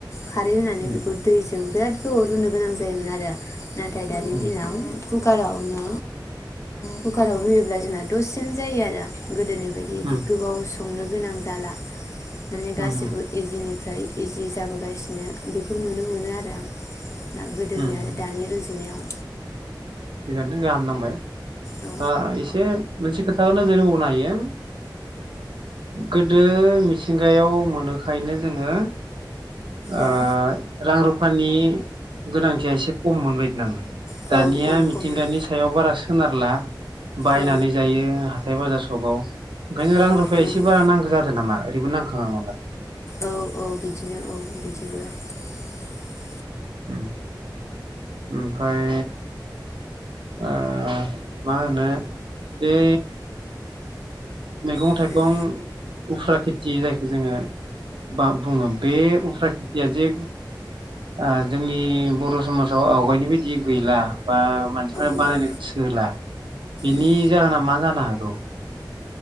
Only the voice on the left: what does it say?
खारै होनानै
बेखौ दैजों बिराद खौ रुनो गोनां जायोमोन आरो नाथाय दानि
दिनाव खुब कुकारावनो कुकाराव रुयोब्ला जोंना दसेनो जायो आरो गोदोनि बिदि
गोबाव संनो गोनां जाला माने गासिबो
इजिनिफ्राय इजि जाबोगासिनो बेखौ नुनो मोनो आरो आं ना गोदोनि
आरो दानि रुजुनायाव
औ
उम
औ
औ खममोन
औ
औ
बेबो
औ औ बिदिनो <inaudible>
उम
औ
गैला
उम